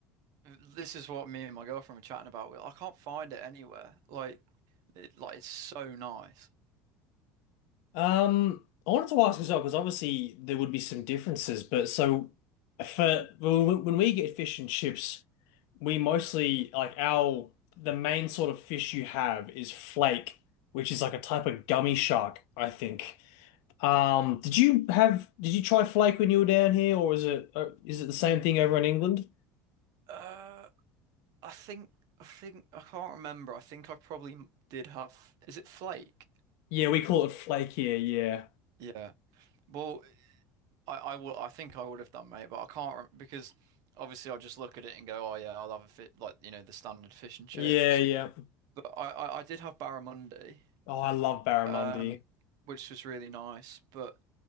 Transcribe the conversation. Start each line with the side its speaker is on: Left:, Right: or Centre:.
Right: this is what me and my girlfriend were chatting about. We- I can't find it anywhere. Like, it, like it's so nice.
Left: Um, I wanted to ask as well because obviously there would be some differences, but so for when when we get fish and chips, we mostly like our the main sort of fish you have is flake, which is like a type of gummy shark, I think. Um, did you have did you try flake when you were down here, or is it uh, is it the same thing over in England?
Right: Uh, I think, I think, I can't remember. I think I probably m- did have, is it Flake?
Left: Yeah, we call it flake here. Yeah,
Right: Yeah. Well, I, I will, I think I would have done, mate, but I can't rem because obviously I just look at it and go, oh, yeah, I'll have a fit, like, you know, the standard fish and chips.
Left: yeah, yeah.
Right: But I, I, I did have barramundi,
Left: Oh, I love barramundi.
Right: um, which was really nice, but.